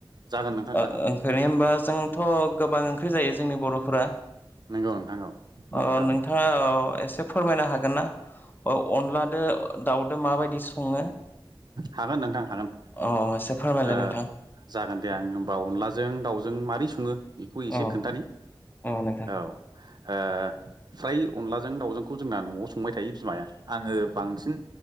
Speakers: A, on the right (about 50°); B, on the left (about 20°).
A: जागोन नोंथां
B: ओ
A: जागोन
B: ओंख्रिनि होमबा जोंथ' गोबां ओंख्रि जायो जोंनि बर' फोरा
A: नंगौ नोंथां औ
B: अ
A: औ
B: नोंथाङा अ एसे फोरमायनो हागोन ना अनलादो दाउदो माबायदि सङो
A: हागोन नोंथां हागोन
B: अ एसे फोरमायलाय
A: ओ
B: नोंथां।
A: जागोन दे आं होमबा अनलाजों दाउजों जों मारै सङो बेखौ एसे
B: अ
A: खोन्थानि
B: अ नोंथां
A: औ ओ फ्राय अनलाजों दावजोंखौ जोंना न'आव संबाय थायो बिमाया आङो बांसिन